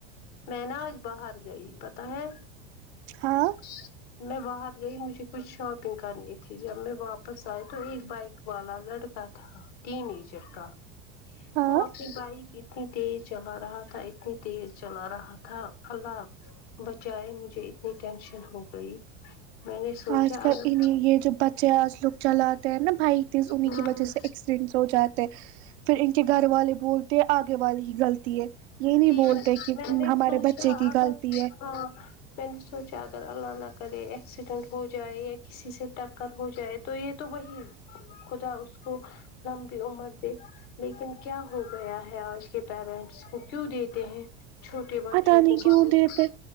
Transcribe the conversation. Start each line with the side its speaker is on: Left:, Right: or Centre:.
Left: میں ناں آج باہر گئی پتہ ہے
Right: ہاں
Left: <inaudible> میں باہر گئی مجھے کچھ شاپنگ کرنی تھی جب میں واپس آئی تو ایک بائک والا لڑکا تھا تین ایچ کا
Right: ہاں
Left: وہ اپنی بائک اتنی تیز چلا رہا تھا اتنی تیز چلا رہا تھا اللہ بچائے مجھے اتنی ٹینشن ہو گئی میں نے سوچا
Right: آج کل
Left: اگر
Right: انہیں یہ جو بچے آج لوگ چلاتے ہیں نا بائکز
Left: اگر
Right: ان ہی کی وجہ سے ہوجاتے پھر ان کے گھر والے بولتے ہیں آگے والے ہی غلطی ہے یہ نہیں
Left: تین
Right: بولتے کہ
Left: میں نے
Right: ہمارے
Left: سوچا
Right: بچے کی
Left: اگر
Right: غلطی ہے
Left: ہاں میں نے سوچا اگر اللہ نہ کرے ایکسیڈنٹ ہو جائے کسی سے ٹکر ہو جائے تو یہ تو وہی ہے خدا اس کو لمبی عمر دے لیکن کیا ہو گیا ہے آج کے پیرنٹس کو کیوں دیتے ہیں چھوٹے بچوں
Right: پتہ نہیں
Left: کو
Right: کیوں
Left: بائک
Right: دیتے